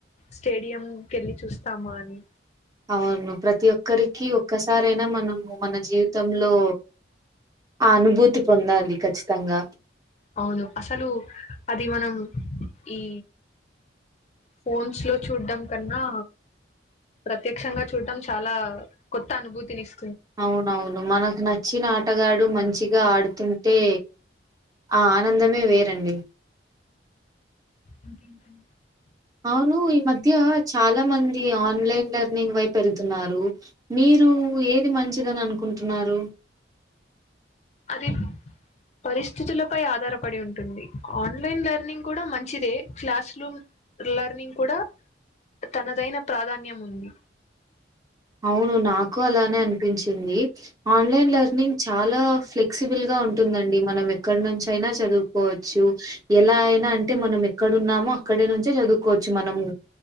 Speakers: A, on the left (about 35°); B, on the right (about 20°).
A: స్టేడియం కెళ్ళి చూస్తామా అని
B: అవును ప్రతి ఒక్కరికి ఒక్కసారైనా మనము మన జీవితంలో ఆ అనుభూతి పొందాలి ఖచ్చితంగా
A: ఔను అసలూ అది మనం ఈ ఫోన్స్ లో చూడ్డం కన్నా ప్రత్యక్షంగా చూడ్డం చాలా కొత్త అనుభూతినిస్
B: అవునవును మనకు నచ్చిన ఆటగాడు మంచిగా ఆడుతుంటే ఆ ఆనందమే వేరండి.
A: ఇంకేంటండి
B: అవునూ ఈ మధ్య చాలా మంది ఆన్లైన్ లర్నింగ్ వైపు ఎళ్తున్నారు. మీరు ఏది మంచిదని అనుకుంటున్నారు.
A: అది పరిస్థితులపై ఆధారపడి ఉంటుంది. ఆన్లైన్ లర్నింగ్ కూడా మంచిదే క్లాస్లు లర్నింగ్ కూడా తనదైన ప్రాధాన్యం ఉంది.
B: అవును నాకు అలానే అనిపించింది. ఆన్లైన్ లెర్నింగ్ చాలా ఫ్లెక్సిబుల్ గా ఉన్ ఉందండి మనం ఎక్కడ్నుంచైనా చదువుకోవచ్చు. ఎలా అయినా అంటే మనం ఎక్కడున్నామో అక్కడ్ నుంచే జదువుకోవచ్చు మనము